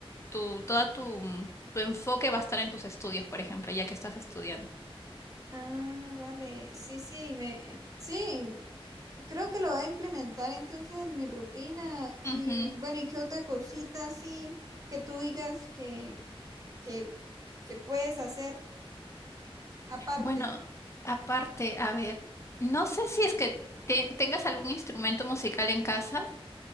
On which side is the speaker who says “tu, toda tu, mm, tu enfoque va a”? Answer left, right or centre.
Left